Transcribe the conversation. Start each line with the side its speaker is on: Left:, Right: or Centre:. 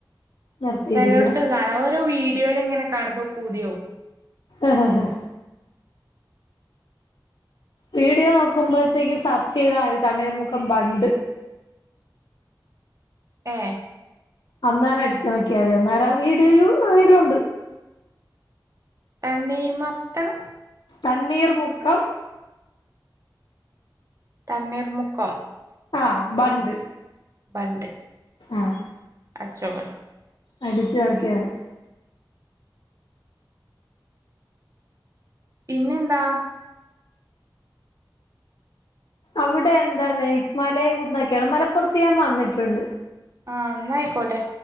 Left: നിർത്തിയിരിക്കുക
Right: ചെലടത്ത് കാണാം ഓരോ വീഡിയോയില് ഇങ്ങനെ കാണുമ്പോ പൂതിയാവും
Left: ആഹ് ആഹ് ആഹ് വീഡിയോ നോക്കുമ്പോഴത്തേക്കും സർച്ച് ചെയ്താ മതി തണ്ണീർ മുക്കം ബണ്ട്
Right: ഏ
Left: അന്നേരം അടിച്ചു നോക്കിയാ മതി അന്നേരം വീഡിയോയും ഇതിലുണ്ട്
Right: തണ്ണീമർത്തൻ
Left: തണ്ണീർമുക്കം
Right: തണ്ണീർമുക്കം
Left: ആഹ് ബണ്ട്
Right: ബണ്ട്
Left: ആഹ്
Right: അടിച്ച് നോക്കട്ടെ
Left: അടിച്ചു നോക്കിയാ മതി
Right: പിന്നെന്താ
Left: അവിടെ എന്താണ് മലയും കുന്നക്കേ ആണോ മലപ്പുറത്ത് ഞാൻ വന്നിട്ടുണ്ട്
Right: ആഹ് എന്നാ ആയിക്കോട്ടെ